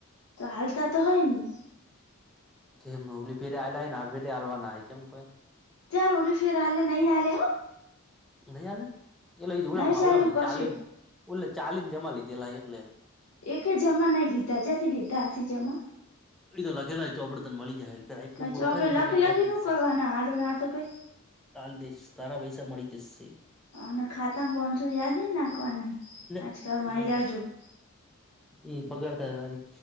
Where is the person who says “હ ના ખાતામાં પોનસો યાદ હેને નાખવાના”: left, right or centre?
Left